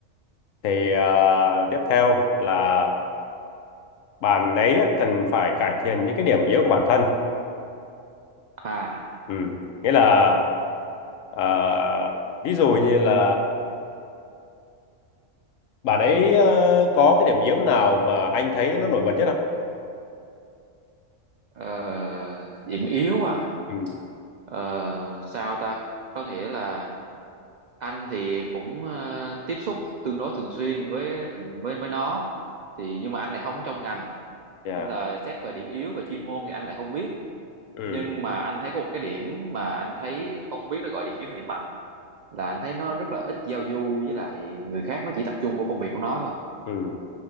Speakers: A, on the left; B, on the right.
A: thì à, tiếp theo là bạn ấy cần phải cải thiện những cái điểm yếu của bản thân
B: à
A: ừ. nghĩa là à, ví dụ như là bạn ấy ờ, có cái điểm yếu nào mà anh thấy nó nổi bật nhất không
B: ờ, điểm yếu à
A: ừ.
B: ờ, sao ta có nghĩa là anh thì cũng ờ, tiếp xúc tương đối thường xuyên với thằng với với nó thì nhưng mà anh lại không trong ngành
A: dạ,
B: nên là xét về điểm yếu về chuyên môn thì anh lại không biết
A: ừ.
B: nhưng mà anh thấy có một cái điểm mà anh thấy không biết nó gọi điểm yếu hay điểm mạnh là anh thấy nó rất là ít giao du với lại người khác nó chỉ tập trung vào công việc của nó thôi
A: Ừ.